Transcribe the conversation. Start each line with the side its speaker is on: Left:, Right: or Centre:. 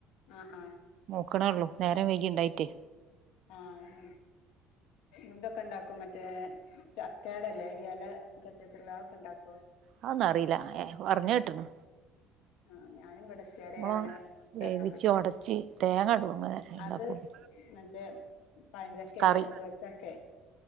Left: ആഹ് ആഹ്.
Right: നോക്കണെ ഉള്ളൂ നേരം വൈകി ഇണ്ടായിട്ടേ.
Left: ആഹ് ഇന്തോക്കെ ഇണ്ടാക്കും മറ്റേ ചക്കേട ഇല്ലേ ഈ എല- കെട്ടിട്ടുള്ള അഹ് ഒക്കെ ഉണ്ടാക്കൂം.
Right: അഹ് ഒന്നും അറീല ഏഹ് പറഞ്ഞേട്ട്ണ്.
Left: ആഹ് ഞാനും ഇവിടെ റ്റാര്
Right: നമ്മള്
Left: ഞാന് ഉണ്ടാക്കാൻ
Right: വേവിച്ച്
Left: പഠിച്ചത്
Right: ഒടച്ച് തേങ്ങ ഇടും അങ്ങനെ ഇണ്ടാക്കുള്ളൂ
Left: അത് മറ്റേ റ്റേ പയഞ്ചക്കെ
Right: കറി
Left: മറ്റേ കുഴച്ചക്കെ